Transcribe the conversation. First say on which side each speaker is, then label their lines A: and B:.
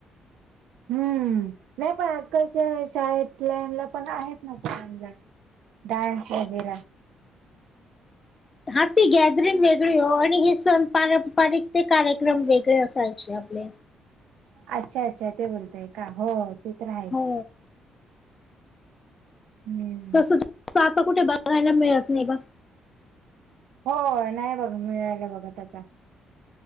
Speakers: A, on the right; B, on the left.
A: हम्म नाही पण आजकालच्या शाळेतल्याला पण आहेत ना. डान्स वगैर.
B: हाी गॅदरिंग वेगळी हो आणि. स पारंपरिक ते कार्यक्रम वेगळे असायचे आपले.
A: अच्छा अच्छा ते बोलतय का हो ते तर राहायच.
B: हो.
A: हम्म
B: तस आता कुठे बघायला मिळत नाही बाघ.
A: हो नाही बघा मिळालं बघा त्याचा.